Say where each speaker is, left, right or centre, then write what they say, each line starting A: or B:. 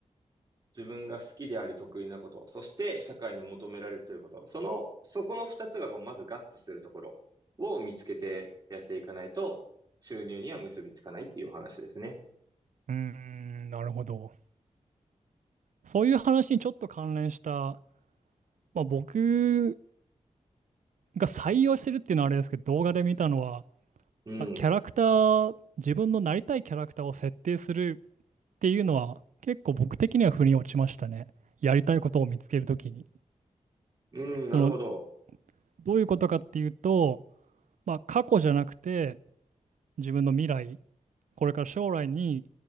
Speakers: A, on the right; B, on the right.
A: 自分が好きであり得意なこと、そして社会に求められていること、その、そこの二つがまず合致するところを見つけてやっていかないと、収入には結びつかないっていうお話ですね。
B: ーん、なるほど。そういう話にちょっと関連した、まあ、僕が採用してるっていうのはあれですけど、動画で見たのは、
A: うん。
B: まあ、キャラクター、自分のなりたいキャラクターを設定するっていうのは、結構僕的には腑に落ちましたね。やりたいことを見つけるときに。
A: うん、
B: その、
A: なるほど。
B: どういうことかっていうと、まあ、過去じゃなくて、自分の未来、これから将来に、